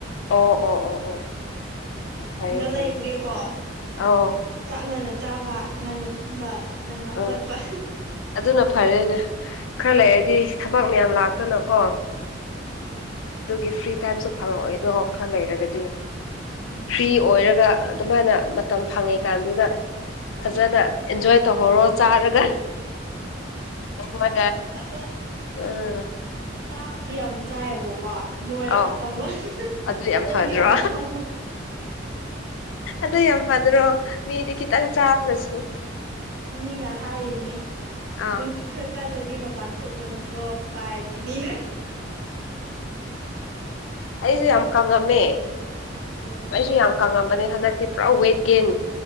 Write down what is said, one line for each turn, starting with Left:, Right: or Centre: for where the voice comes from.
Left: ꯑꯣ ꯑꯣ ꯑꯣ ꯑꯣ ꯐꯩꯌꯦ
Right: ꯈꯨꯟꯗ
Left: ꯐꯩꯌꯦ
Right: ꯂꯩꯕꯒꯤꯀꯣ
Left: ꯑꯧ
Right: ꯆꯥꯛ ꯉꯅꯥꯟꯅ ꯆꯥꯕ ꯉꯟꯅ ꯇꯨꯝꯕ ꯉꯟꯅ
Left: ꯑ
Right: ꯍꯧꯒꯠꯄ
Left: ꯑꯗꯨꯅ ꯐꯔꯦꯅꯦ ꯈꯔ ꯂꯩ ꯗꯤ ꯊꯕꯛ ꯃꯌꯥꯝ ꯂꯥꯛꯇꯅꯀꯣ
Right: ꯑꯥ
Left: ꯑꯗꯨꯒꯤ ꯐ꯭ꯔꯤ ꯇꯥꯏꯝꯁꯨ ꯐꯪꯉꯛꯑꯣꯏꯗꯣ ꯈꯔ ꯂꯩꯔꯒꯗꯤ
Right: ꯎꯝ
Left: ꯐ꯭ꯔꯤ ꯑꯣꯏꯔꯒ ꯑꯗꯨꯃꯥꯏꯅ ꯃꯇꯝ ꯐꯪꯉꯤꯀꯥꯟꯗꯨꯗ ꯐꯖꯅ ꯑꯦꯟꯖꯣꯏ ꯇꯧꯍꯧꯔꯣ ꯆꯥꯔꯒ ꯃ
Right: ꯑꯗꯣ
Left: ꯎꯝ
Right: ꯆꯥꯕꯗꯤ ꯌꯥꯝ ꯆꯥꯏꯑꯕꯀꯣ ꯅꯣꯏꯔꯛꯇꯕ
Left: ꯑꯧ ꯑꯗꯨ
Right: ꯊꯤꯕꯣꯡꯅ
Left: ꯌꯥꯝ ꯐꯗ꯭ꯔꯣ
Right: ꯂꯥꯎꯕ
Left: ꯑꯗꯨ ꯌꯥꯝ ꯐꯗ꯭ꯔꯣ ꯃꯤꯗꯤ ꯃꯤ ꯈꯤꯇꯪ ꯀꯈꯤ ꯇꯪ ꯆꯥꯁ
Right: ꯃꯤꯅꯥ ꯍꯥꯏꯅꯦ
Left: ꯑꯥ
Right: ꯅꯪꯁꯤꯈ꯭ꯔ ꯀꯜ ꯑꯗꯨꯗꯤꯃꯞꯟꯊꯣꯛꯀꯅꯨ ꯀꯣ ꯄꯥꯏꯈꯅꯤꯅ
Left: ꯑꯩꯁꯨ ꯌꯥꯝ ꯀꯪꯉꯝꯃꯦ
Right: ꯑꯣ
Left: ꯑꯩꯁꯨ ꯌꯥꯝ ꯀꯪꯉꯝꯕꯅꯦ ꯍꯟꯗꯛꯇꯤ ꯄꯨꯔꯥ ꯋꯦꯠ ꯒꯦꯟ